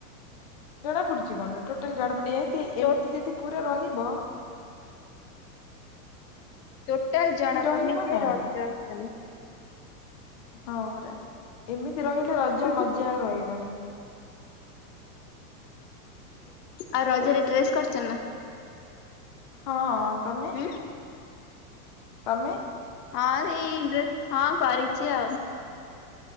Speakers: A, on the left; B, on the left.
A: ଜଣା ପଡୁଚି କଣ ନା ଟୋ ଟାଲ ଜଣା ପଡୁନି ଏଁତି
B: ଟୋ
A: ଏମିତି ଯଦି ପୁରା ରହି ବ
B: ଟୋଟାଲ ଜଣା
A: ରହିବ
B: ପଡୁନି ଯେ
A: ନା
B: ରଜ ଆସିଲଣି।
A: ହଁ ପରା ଏମି ତି ରହିଲେ ରଜ
B: ହୁଁ
A: ମଜା ଆଉ ରହିବନି।
B: ଆଉ ରଜରେ
A: ପୁରା
B: ଡ୍ରେସ କରିଚ ନା?
A: ହଁ। ତମେ?
B: ହୁଁ
A: ତମେ
B: ହଁ ରେ ଡ୍ରେ ହଁ କରିଛି ଆଉ